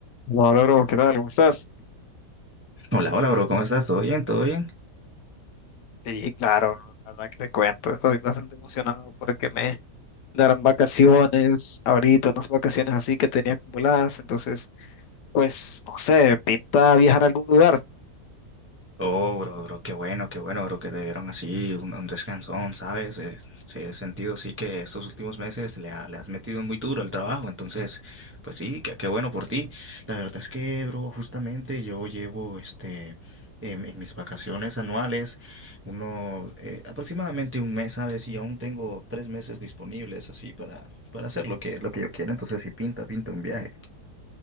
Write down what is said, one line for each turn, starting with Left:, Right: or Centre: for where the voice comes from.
Left: No, logro, ¿qué tal? ¿Cómo estás?
Right: Hola, hola, bro, ¿cómo estás? ¿Todo bien? ¿Todo bien?
Left: Sí, claro, bro, la verdad que te cuento, estoy bastante emocionado porque me darán vacaciones ahorita, unas vacaciones así que tenía acumuladas, entonces, pues, no sé, pinta viajar a algún lugar.
Right: Oh, bro, bro, qué bueno, qué bueno, bro, que te dieron así un, un descansón, ¿sabes? Eh, sí, he sentido, sí, que estos últimos meses le, ha- le has metido muy duro al trabajo, entonces, pues sí, qué, qué bueno por ti. La verdad es que, bro, justamente yo llevo, este, en, en mis vacaciones anuales, uno, eh, aproximadamente un mes, ¿sabes? Y aún tengo tres meses disponibles así para, para hacer lo que, lo que yo quiera, entonces sí, pinta, pinta un viaje.